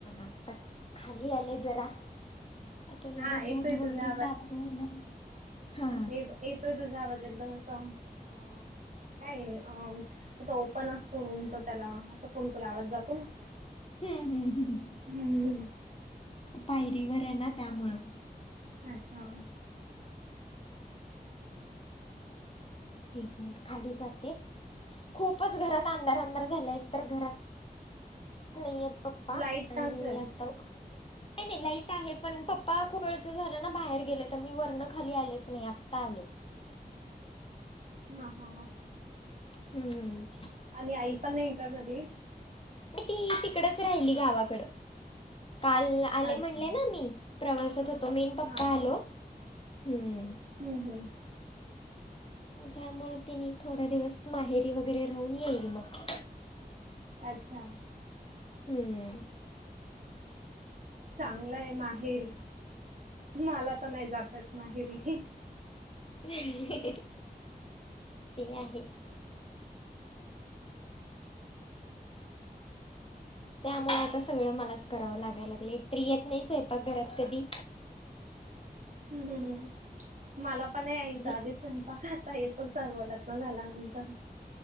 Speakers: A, on the left (about 35°); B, on the right (about 55°).
A: आता खाली आले जरा आता जरा
B: हा येतोय
A: दूध वगैरे
B: तुझा
A: तापवायला हा
B: येव येतोय तुझा आवाज एकदम असा अ काय अ तस ओपन असतो रूम तर त्याला असं कोणकण आवज जातो ना
A: हम्म हम हम
B: हम हम
A: पायरीवर आहे ना, त्यामुळं.
B: अच्छा.
A: एक मिनिट, खाली जाते. खूपच घरात, अंधार-अंधार झाला. एक तर घरात नाहीयेत पप्पा.
B: लाईट
A: आणि
B: नसेल
A: आता नाही.. नाही, लाईट आहे. पण पप्पा खूप वेळचं झालं ना, बाहेर गेलेतं. अणि वरनं खाली आलेच नाही, आत्ता आले.
B: हा.. हा.. हा.
A: हम्म.. हम्.
B: आणि आई पण नाही का घरी?
A: नाही ती, तिकडंच राहिली गावाकडं. काल ला आले
B: अच्छा
A: म्हणले ना मी. प्रवासात होतो, मी न पप्पा
B: हा हा
A: आलो, हम्.
B: हम्म.. हम्.
A: मग त्यामुळं तिनी, थोड्या दिवस माहेरी वगैरे राहून येईल मग.
B: अच्छा.
A: हम्म्.
B: चांगलंय, माहेरी. मला तर, नाही जाता येत माहेरी.
A: ते आहे. त्यामुळे आता, सगळं मलाच करावं लागायं लागलं. एकतरी येत नाही, स्वयंपाक घरात कधी.
B: हम्म.. हम्.. हम्म्. मला पण, नाही यायचा
A: ज
B: आधीच. स्वयंपाक आता येतो सर्व, लग्न झाल्यानंतर.